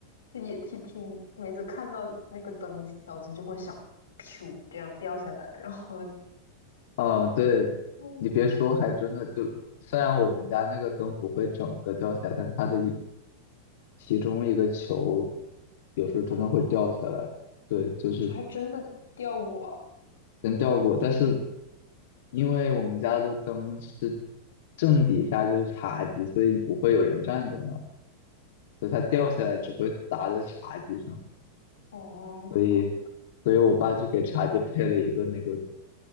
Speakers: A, on the left; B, on the left.
A: 这也挺挺，每次看到那个灯，脑子就会想，噗，这样掉下来，然后 <laughs>
B: 啊，对，
A: 嗯，
B: 你别说，还真的就，虽然我们家那个灯不会整个掉下来，但它的一其中一个球有时候真的会掉下来。
A: 啊，
B: 对，就是
A: 这还真的掉过，
B: 真掉过，但是因为我们家的灯是正底下就是茶几，所以不会有人站在那儿，所以它掉下来只会砸在茶几上。
A: 哦，
B: 所以，所以我爸就给茶几配了一个那个